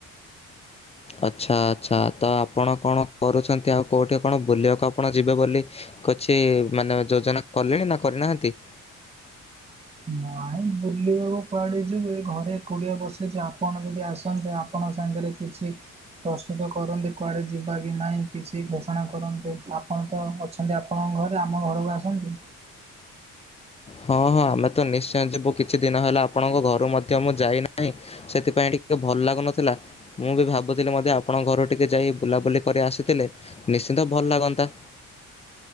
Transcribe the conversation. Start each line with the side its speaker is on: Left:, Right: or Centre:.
Left: ଆଚ୍ଛା ଆଚ୍ଛା ତ ଆପଣ କଣ କରୁଛନ୍ତି ଆଉ କେଉଁଠି କଣ ବୁଲିବାକୁ ଆପଣ ଯିବେ ବୋଲି କିଛି ମାନେ ଯୋଜନା କଲେଣି ନା କରିନାହାନ୍ତି?
Right: ନାଇଁ ବୁଲିବାକୁ କୁଆଡେ ଯିବେ ଏ ଘରେ ଏକୁଡ଼ିଆ ବସିଛୁ ଆପଣ ଯଦି ଆସନ୍ତେ ଆ ଆପଣଙ୍କ ସାଙ୍ଗରେ କିଛି ପ୍ରସ୍ତୁତ କରନ୍ତି କୁଆଡ଼େ ଯିବା କି ନାହିଁ କିଛି ଘୋଷଣା କରନ୍ତି ଆପଣ ତ ଅ ଅଛ ଖାଲି ଆପଣଙ୍କ ଘରେ ଆମ ଘରକୁ ଆସନ୍ତୁ।
Left: ହଁ ହଁ ଆମେ ତ ନିଶ୍ଚୟ ଯିବୁ କିଛି ଦିନ ହେଲା ଆପଣଙ୍କ ଘରୁ ମଧ୍ୟ ମୁଁ ଯାଇନାହିଁ। ସେଥିପାଇଁ ଟିକେ ଭଲ ଲାଗୁନଥିଲା। ମୁଁ ବି ଭାବୁଥିଲି ମଧ୍ୟ୍ୟ ଆପଣଙ୍କ ଘରୁ ଟିକେ ଯାଇ ବୁଲାବୁଲି କରି ଆସିଥିଲେ ନିଶ୍ଚିନ୍ତ ଭଲ ଲାଗନ୍ତା।